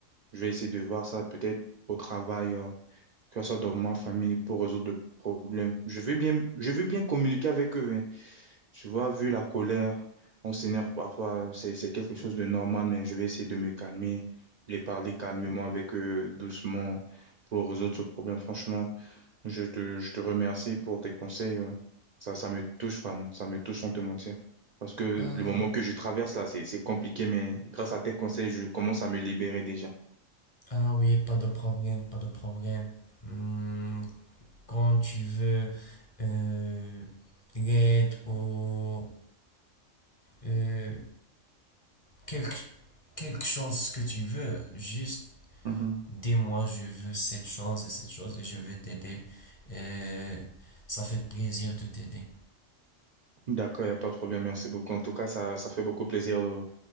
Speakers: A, on the right; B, on the left.
A: Je vais essayer de voir ça peut-être au travail, euh, que ce soit dans ma famille, pour résoudre le problème. Je veux bien, je veux bien communiquer avec eux. hein. Tu vois, vu la colère, on s'énerve parfois. C'est, c'est quelque chose de normal, mais je vais essayer de me calmer, les parler calmement avec eux, doucement, pour résoudre ce problème. Franchement. Je te, je te remercie pour tes conseils. euh. Ça, ça me touche vraiment. Ça me touche sans te mentir. Parce que
B: Ah,
A: le moment que je traverse là, c'est, c'est compliqué, mais grâce à tes conseils, je commence à me libérer déjà.
B: Ah oui, pas de problème, pas de problème. Hmm, quand tu veux euh, l'aide ou euh, quelque, quelque chose que tu veux, juste
A: Mhm.
B: dis-moi, je veux cette chose et cette chose et je vais t'aider. Euh, ça fait plaisir de t'aider.
A: D'accord, il n'y a pas de problème. Merci beaucoup. En tout cas, ça, ça fait beaucoup plaisir de,